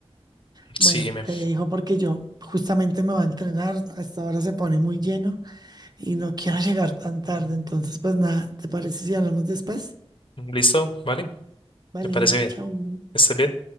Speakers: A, on the right; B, on the left.
A: Bueno,
B: sí, me.
A: te dejo porque yo justamente me voy a entrenar. Hasta ahora se pone muy lleno y no <laughs> quiero llegar tan tarde. Entonces, pues nada, ¿te parece si hablamos después?
B: ¿Listo? ¿Vale?
A: Vale,
B: Me parece bien.
A: chao.
B: ¿Estás bien?